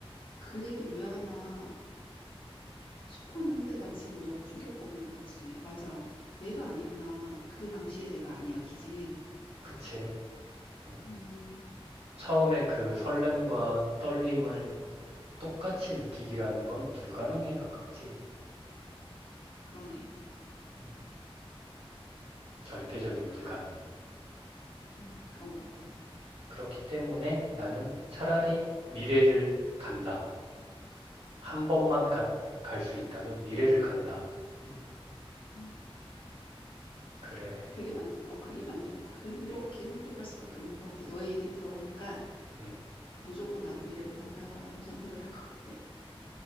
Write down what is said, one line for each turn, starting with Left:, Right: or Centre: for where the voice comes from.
Left: 그 얘기를 왜 하나 싶었는데 나 지금 너무 충격받은 거 있지. 맞아. 내가 아니구나. 그 당시에 내가 아니야, 기지.
Right: 그치? 어.
Left: 음,
Right: 처음에 그 설렘과 떨림을 똑같이 느끼기라는 건 불가능에 가깝지.
Left: 그러네.
Right: 음, 절대적인 불가능.
Left: 음, 그런 것 같아.
Right: 그렇기 때문에 나는 차라리 미래를 간다. 한 번만 갈 수 있다면 미래를 간다. 음,
Left: 음,
Right: 그래.
Left: 그게 맞는, 어, 그게 맞는, 그렇게 선택할 수밖에 없는 것 같아. 너의 얘기를 들어보니까
Right: 음,
Left: 무조건 나도 미래로 간다로 선택을 할 것 같아.